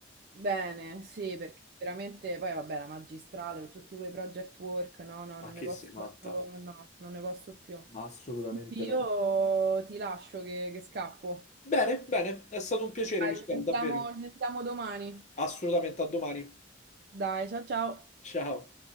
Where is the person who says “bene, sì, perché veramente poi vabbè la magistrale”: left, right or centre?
Right